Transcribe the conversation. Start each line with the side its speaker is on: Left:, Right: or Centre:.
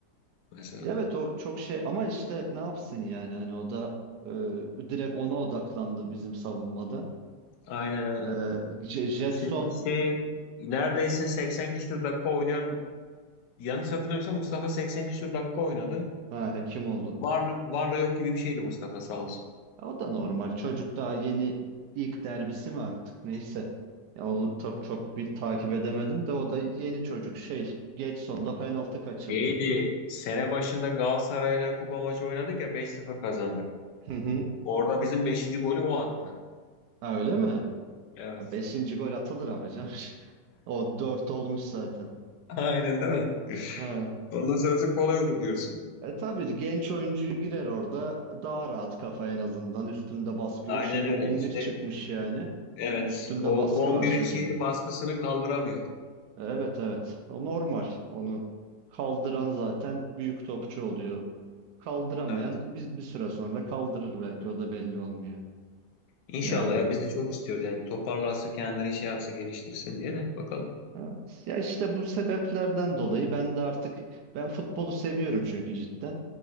Left: mesela.
Right: Ya Evet o çok şey ama işte ne yapsın yani hani o da e, direkt ona odaklandı bizim savunmada.
Left: Aynen öyle.
Right: E, Je- Jetson
Left: Çünkü şey neredeyse 80 küsur dakika oynayan yanlış hatırlamıyorsam Mustafa 80 küsur dakika oynadı.
Right: ha Hekimoğlu.
Left: Varla, varla yok gibi bir şeydi Mustafa sağ olsun.
Right: Ya O da normal. Çocuk daha yeni ilk derbisi mi artık neyse. Ya onu çok çok bir takip edemedim de o da yeni çocuk şey geç sonda penaltı kaçırdı.
Left: İyiydi. Sene başında Galatasaray'la kupa maçı oynadık ya beş sıfır kazandık.
Right: Hı hı.
Left: Orada bizim beşinci golü o attı.
Right: Ha, öyle mi?
Left: Evet.
Right: Ya beşinci gol atılır ama canım. <laughs> O dört olmuş zaten.
Left: <laughs> Aynen değil mi?
Right: Ha.
Left: Ondan sonrası kolay olur diyorsun.
Right: E tabii genç oyuncuyu girer orada daha rahat kafa en azından üstünde baskı
Left: Aynen
Right: yok. Şimdi
Left: öyle.
Right: 11
Left: İşte
Right: çıkmış yani.
Left: evet.
Right: Üstünde
Left: O
Right: baskı
Left: on
Right: var
Left: birin
Right: çocuğun.
Left: şeyini baskısını kaldıramıyor.
Right: Evet evet. O normal. Onu kaldıran zaten büyük topçu oluyor. Kaldıramayan
Left: Evet. evet.
Right: biz bir süre sonra kaldırır belki o da belli olmuyor.
Left: İnşallah
Right: Yani
Left: ya biz de çok istiyoruz yani toparlasın kendini şey yapsın geliştirsin diye de bakalım.
Right: evet. Ya işte bu sebeplerden dolayı ben de artık ben futbolu seviyorum çünkü cidden.